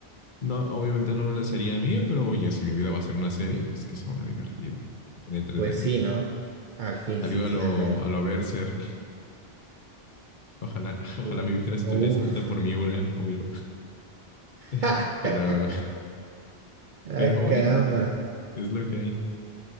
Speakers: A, on the left; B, on the right.
A: No, obviamente no me lo sería a mí, pero oye, si mi vida va a ser una serie, pues que sea una divertida, una entretenida.
B: Pues sí, ¿no? Al fin,
A: Algo
B: sí,
A: a
B: sí,
A: lo,
B: al menos.
A: a lo Berserk. Ojalá, <laughs> ojalá
B: U-
A: mi vida estuviera
B: Uf.
A: escrita por Miura, obvio. <laughs>
B: <laughs>
A: Pero,
B: Ah,
A: pero bueno,
B: caramba,
A: es lo que hay.